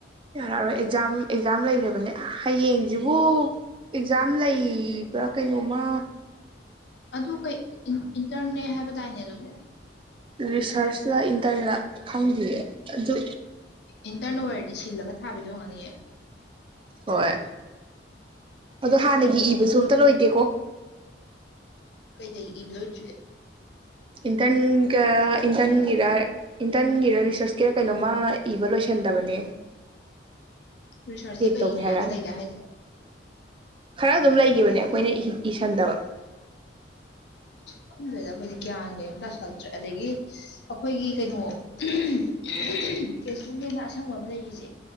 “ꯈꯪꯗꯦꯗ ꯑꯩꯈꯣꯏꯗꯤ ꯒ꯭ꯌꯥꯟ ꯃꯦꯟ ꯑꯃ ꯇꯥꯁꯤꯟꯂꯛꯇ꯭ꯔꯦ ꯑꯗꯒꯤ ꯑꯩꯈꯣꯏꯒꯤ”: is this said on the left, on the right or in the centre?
Left